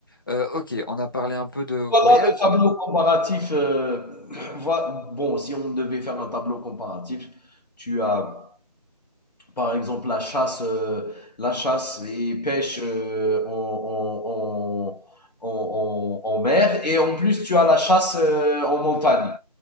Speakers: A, on the left (about 30°); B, on the left (about 85°).
A: Euh, ok, on a parlé un peu de voyage.
B: Voilà le tableau comparatif. euh, voi- bon, si on devait faire un tableau comparatif, tu as par exemple la chasse, euh, la chasse et pêche euh, en, en- en- en- en- en mer, et en plus tu as la chasse euh, en montagne.